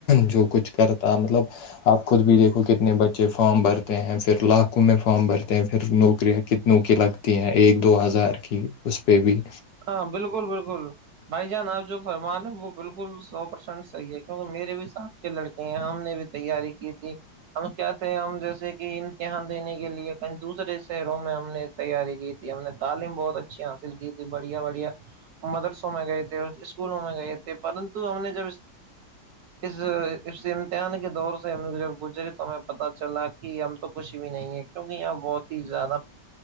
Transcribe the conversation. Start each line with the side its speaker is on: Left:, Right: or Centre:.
Left: جو کچھ کرتا مطلب آپ خود بھی دیکھو کتنے بچے فارم بھرتے ہیں پھر لاکھوں میں فارم بھرتے ہیں پھر نو شکری کتنوں کی لگتی ہیں ایک دو ہزار کی اس پہ بھی
Right: ہاں بالکل بالکل بھائی جان آپ جو فرمانیں وہ بالکل سو پرسنٹ صحی ہے کیہ میرے بھی ساتھ کے لڑکے یہ یہاں ہم نے بھی تیاری کی تھی ہم کیا تھے ہم جیسے کہ امتحان دینے کے لیے کہیں دوسرے شہروں میں ہم نے تیاری کی تھی ہم نے تعلیم بہت اچھی حاصل کی تھی بڑھیا بڑھیا مدرسوں میں گئے تھے اسکولوں میں گئے تھے پرنتو ہم نے جب اس اس امتحان کے دور سے ہم نے جب گزری تو ہمیں پتہ چلا کہ ہم تو کچھ بھی نہیں ہے کیونکہ یہاں بہت ہی زیادہ